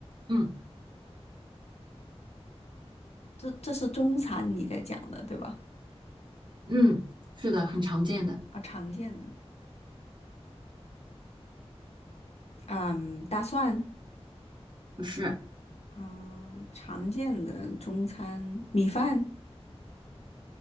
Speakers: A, on the right (about 45°); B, on the left (about 70°).
A: 嗯
B: 这这是中餐你在讲的对吧？
A: 嗯，是的，很常见的，
B: 啊，常见的，嗯，大蒜，
A: 不是
B: 嗯，常见的中餐米饭。